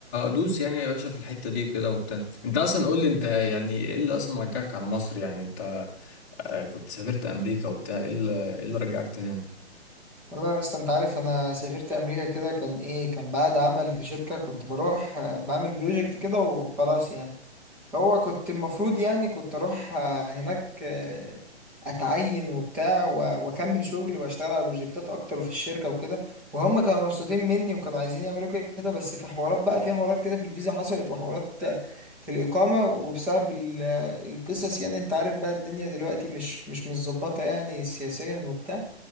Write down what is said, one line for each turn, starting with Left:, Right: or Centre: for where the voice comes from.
Left: دوس يعني يا باشا في الحتة دي كده وبتاع انت اصلا قول لي انت يعني ايه اللي اصلا رجعك على مصر يعني انت آه، كنت سافرت امريكا وبتاع ايه اللي إيه اللي رجعك تاني
Centre: والله أصلا أنت عارف أنا سافرت أمريكا كده كان إيه كان بعد عمل في شركة كنت بروح آه، بعمل بروجكت كده وخلاص يعني هو كنت المفروض يعني كنت اروح آه، هناك آه، اتعين وبتاع و- واكمل شغلي واشتغل على بروجكتات اكتر وفي الشركه وكده وهم كانوا مبسوطين مني وكانوا عايزين يعملوا كده بس في حوارات بقى في حوارات كده في الفيزا حصلت وحوارات آه، في الاقامه وبسبب ال- آه، القصص يعني انت عارف بقى الدنيا دلوقتي مش مش متظبطه يعني سياسيا وبتاع